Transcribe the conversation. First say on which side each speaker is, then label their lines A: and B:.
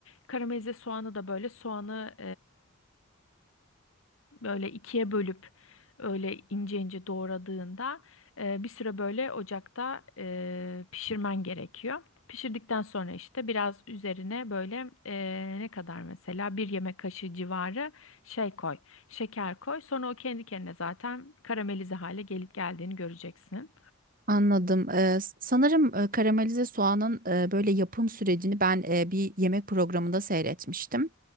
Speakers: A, on the left; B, on the right.
A: Karamelize soğanı da böyle soğanı böyle ikiye bölüp öyle ince ince doğradığında e, bir süre böyle ocakta e, pişirmen gerekiyor. Pişirdikten sonra işte biraz üzerine böyle e, ne kadar mesela bir yemek kaşığı civarı şey koy, şeker koy. Sonra o kendi kendine zaten karamelize hale gelip geldiğini göreceksin.
B: Anladım. Ee, s- sanırım e, karamelize soğanın e, böyle yapım sürecini ben e, bir yemek programında seyretmiştim.